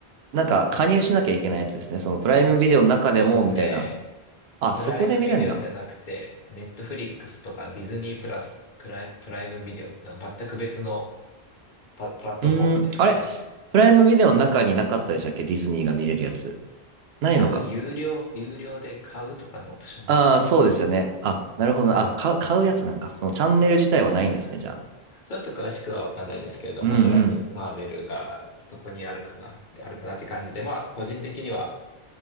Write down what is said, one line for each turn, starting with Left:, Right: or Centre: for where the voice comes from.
Right: なんか加入しなきゃいけないやつですね。そのプライムビデオの中でもみたいな。
Left: そうですね。
Right: あ、
Left: プライムビデオじゃなくて、
Right: そこで見れるんだ。
Left: ネットフリックスとかディズニープラス、クライ、プライムビデオってのは全く別のパ、プラットフォームですね。
Right: うーん、あれプライムビデオの中になかったでしたっけディズニーが見れるやつ。ないのか。
Left: 多分有料、有料で買うとかのオプションなのかな。
Right: ああ、そうですよね。あ、なるほど。あ、か、買うやつなんか。そのチャンネル自体はないんですね、
Left: ちょっと、
Right: じゃあ。
Left: ちょっと詳しくはわかんないですけれども、
Right: うんうん。
Left: おそらくマーベルがそこにあるかな、であるかなって感じで、まあ、個人的には